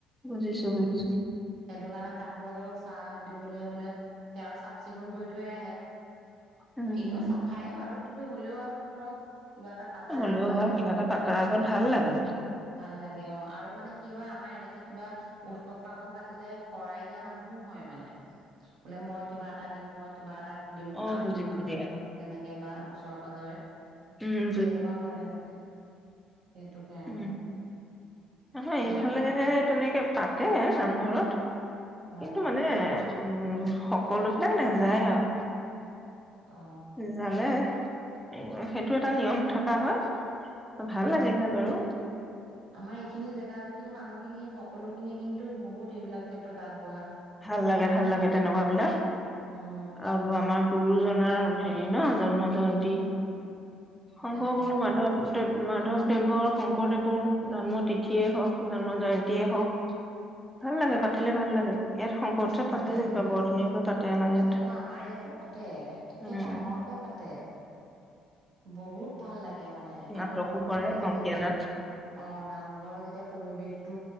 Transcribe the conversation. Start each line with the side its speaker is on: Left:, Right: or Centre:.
Centre: বুজিছোঁ, বুজিছোঁ।
Right: সেইটো কাৰণে তাতো আকৌ চাহ দিবলৈ হলে সেয়াও চাফ চিকুণ কৰি থৈ আহে
Centre: উম
Right: এনেও চাফায়ে বাৰু কিন্তু হ'লেও আৰু ধৰক কিবা এটা পাতা
Centre: হ'লেও
Right: আগে
Centre: আৰু
Right: আগমূহুৰ্তত
Centre: কিবা এটা পাতাৰ আগত ভাল লাগে
Right: ভাল লাগে অ আৰু মানে কি হয় আমাৰ এনেকে কিবা উৎসৱ পাৰ্বণ পাতিলে শৰাই দিয়া মানুহো হয় মানে, বোলে মই কিবা এটা দিম, মই কিবা এটা দিম
Centre: অ
Right: গাওঁখনেৰে
Centre: বুজিছো দিয়া
Right: হওক তেনেকে বা ওচৰে পাজৰে
Centre: উম
Right: তেনেকুৱা কৰে মানে সেইটো কাৰণে
Centre: উ। আহে,
Right: জেগা
Centre: এইফালে
Right: খিনি
Centre: তেনেকে পাত তে নামঘৰত,
Right: ভাল
Centre: কিন্তু মানে উম, সকলো‌ <unintelligible> নেযায় আৰু
Right: অ
Centre: জানে। উ, সেইটো এটা নিয়ম থকা হয় ভাল লাগিল হয় বাৰু
Right: আমাৰ এইখিনি জেগা যদিও মানুহখিনি, সকলোখিনি কিন তু‌ বহুত এইবিলাক ক্ষেত্ৰত আগ
Centre: ভাল লাগে, ভাল লাগে তেনেকুৱা বিলাক,
Right: উম
Centre: আৰু আমাৰ গুৰুজন নাৰ হেৰি ন, জন্ম জয়ন্তী শংকৰ
Right: তাকে
Centre: গুৰু মাধৱদেৱ মাধৱদেৱৰ, শংকৰদেৱৰ জন্ম তিথিয়ে হওক, জন্ম জয়ন্তেই হওক ভাল লাগে, পাতিলে ভাল লাগে। শংকৰ উৎসৱ
Right: অ',
Centre: পাতে
Right: ভাল
Centre: যেনিবা
Right: লাগে, ভাল
Centre: বৰ
Right: লাগে।
Centre: ধুনীয়াকৈ পাতে আমাৰ ইয়াত
Right: অ', আমাৰ ইয়াতো পাতে, একে
Centre: উম
Right: ডাঙৰকে পাতে। বহুত ভাল লাগে। মানে
Centre: নাটকো
Right: আৰু নামঘৰৰ
Centre: কৰে
Right: যেতিয়া,
Centre: অংকীয়া নাট
Right: অ', নামঘৰ যেতিয়া পৰিৱেশটো